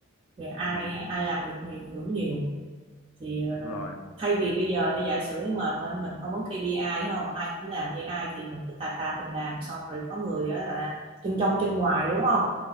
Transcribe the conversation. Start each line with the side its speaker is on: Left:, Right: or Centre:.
Right: thì ai
Left: ừ
Right: ai làm được nhiều thì hưởng nhiều thì ờ,
Left: đúng rồi
Right: thay vì bây giờ nó giả sử mà mình mình không có KPI đúng không ai cũng làm như ai thì mình cứ tà tà mình làm xong rồi có người đó là chân trong chân ngoài đúng không